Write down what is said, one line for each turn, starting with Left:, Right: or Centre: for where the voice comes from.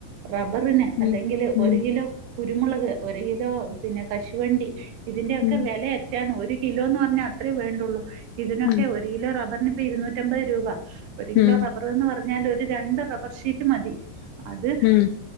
Right: റബ്ബറിന്
Left: ഉം
Right: അല്ലെങ്കിൽ
Left: ഉം
Right: ഒരു കിലോ കുരുമുളക് ഒരു കിലോ പിന്നെ കശുവണ്ടി ഇതിന്റെയൊക്കെ
Left: ഉം
Right: വെലേ <unintelligible> ഒരു കിലോന്ന് പർഞ്ഞാ അത്രേ വേണ്ടുള്ളൂ ഇതിനൊക്കെ
Left: ഉം
Right: ഒര് കിലോ റബ്ബർന് ഇപ്പേ ഇരുന്നൂറ്റമ്പത് രൂപ ഒരു കിലോ
Left: ഉം
Right: റബ്ബർ എന്ന് പർഞ്ഞാൽ ഒരു രണ്ട് റബ്ബർ ഷീ റ്റ മതി അത്
Left: ഉം